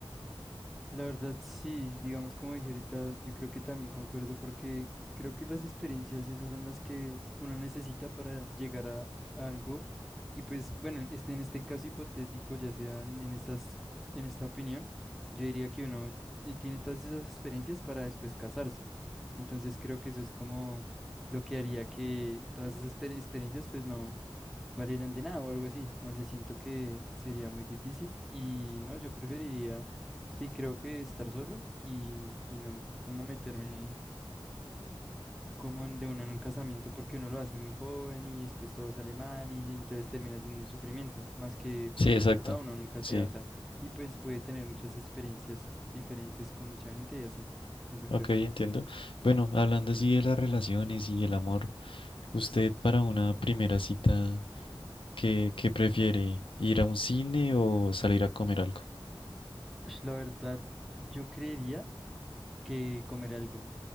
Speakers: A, in the centre; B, on the left.
A: La verdad, sí, digamos como dije ahorita, yo creo que también concuerdo porque creo que las experiencias esas son las que uno necesita para llegar a, a algo y pues bueno, el- este, en este caso hipotético, ya sea en en estas, en esta opinión, yo diría que uno eh, tiene todas esas experiencias para después casarse. Entonces creo que eso es como lo que haría que todas esas exper- experiencias pues no valieran de nada o algo así. No sé, siento que sería muy difícil y no, yo preferiría, sí, creo que estar solo y, y no em, como meterme como en- de una en un casamiento porque uno lo hace muy joven y después todo sale mal y entonces termina siendo un sufrimiento, más que por
B: Sí,
A: el
B: exacto.
A: otro lado uno nunca
B: Sí,
A: se ata y pues puede tener muchas experiencias diferentes con mucha gente y así, eso creo.
B: ok, entiendo. Bueno, hablando así de las relaciones y el amor, ¿usted para una primera cita qué, qué prefiere? ¿Ir a un cine o salir a comer algo?
A: Pues, la verdad, yo creería. que comer algo.